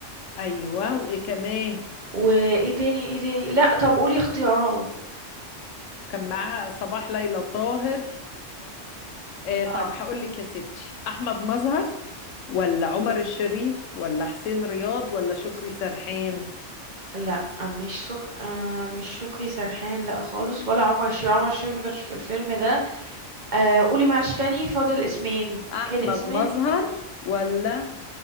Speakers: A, on the left (about 85°); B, on the right (about 40°).
A: ايوه وايه كمان
B: وايه تاني ايه تاني لا طب قولي اختيارات
A: كان معاها صباح ليلى طاهر آه
B: اه
A: طيب هقول لك يا ستي احمد مظهر ولا عمر الشريف ولا حسين رياض ولا شكري سرحان
B: لا مش سك... آه مش شكري سرحان لا خالص ولا عمر الشريف عمر الشريف ما كانش في الفيلم ده آه قولي معلش تاني فاضل اسمين
A: احمد
B: ايه الاسمين
A: مظهر ولا